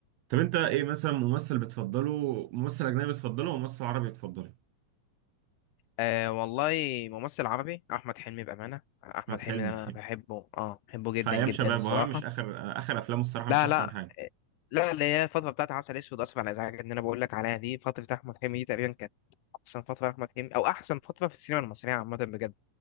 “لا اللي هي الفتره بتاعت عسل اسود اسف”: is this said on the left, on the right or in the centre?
Left